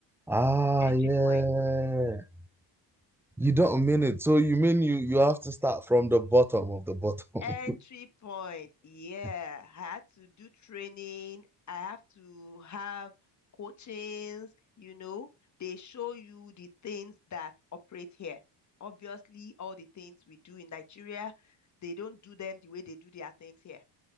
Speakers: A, in the centre; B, on the left.
A: Ah,
B: entry
A: yeah.
B: point.
A: You don't mean it. So you mean you you have to start from the bottom of the bottom.
B: Entry point. Yeah,
A: <laughs>
B: I had to do training. I have to have coachings, you know. They show you the things that operate here. Obviously, all the things we do in Nigeria, they don't do them the way they do their things here.